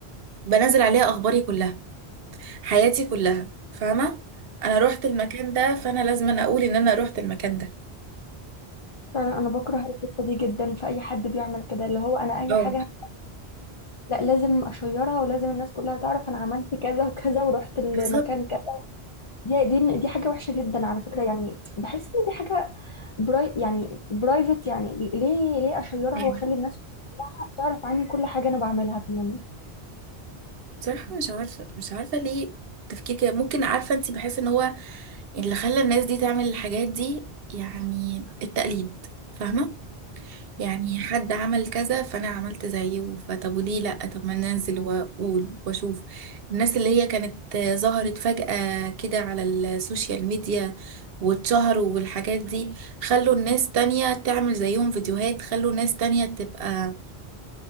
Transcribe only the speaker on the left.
فعلا انا بكره الحته دي جدا في اي حد بيعمل كده اللي هو انا اي
حاجه لا لازم اشيرها ولازم الناس كلها تعرف انا عملت كذا وكذا ورحت المكان
كذا دي دي دي حاجه وحشه جدا على فكره يعني بحس ان دي حاجه براي يعني برايفت يعني ليه ليه اشيرها
واخلي الناس كلها تعرف عني كل حاجه انا بعملها في يومي